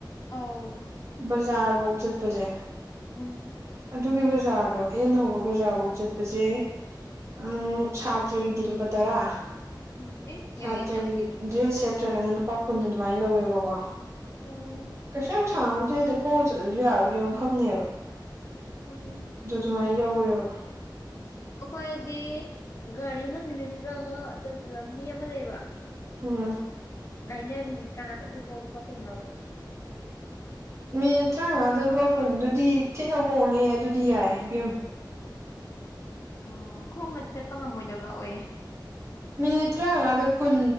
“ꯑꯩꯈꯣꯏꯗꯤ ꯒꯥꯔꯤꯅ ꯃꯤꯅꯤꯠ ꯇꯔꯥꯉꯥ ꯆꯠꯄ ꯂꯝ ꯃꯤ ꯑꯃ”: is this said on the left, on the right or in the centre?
Left